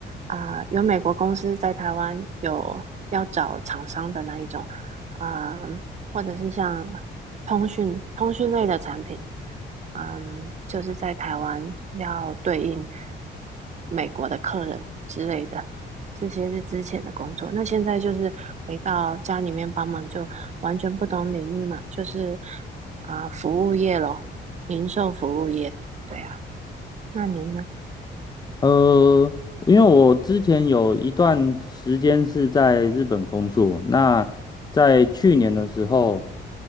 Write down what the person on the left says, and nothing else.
呃，因为我之前有一段时间是在日本工作，那在去年的时候，